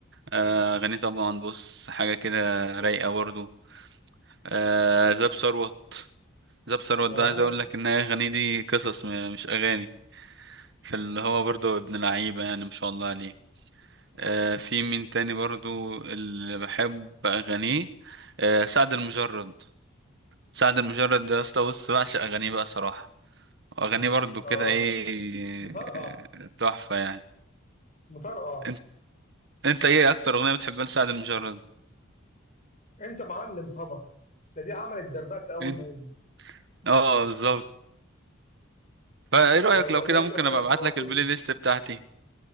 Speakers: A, on the right; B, on the left.
A: آه، اغانيه طبعا بص حاجة كده رايقة برضه آه، زاب ثروت زاب ثروت
B: اه
A: ده عايز اقول لك ان هي اغانيه دي قصص م- مش اغاني فاللي هو برضه ابن لعيبة يعني ما شاء الله عليه آه، في مين تاني برضه اللي بحب اغانيه آه، سعد المجرد سعد المجرد ده يا اسطى بص بعشق اغانيه بقى صراحة اغانيه برضو
B: اه
A: كده ايه
B: مطرقع
A: تحفه يعني
B: مطرقع
A: انت انت ايه اكتر اغنيه بتحبها لسعد المجرد
B: انت معلم طبعا ده دي عملت دربك اول
A: انت
B: ما نزل
A: اه بالظبط فايه رايك
B: ده
A: لو
B: ده
A: كده
B: ده
A: ممكن
B: ده كانت
A: ابقى ابعت
B: فوتتني
A: لك البلاي ليست بتاعتي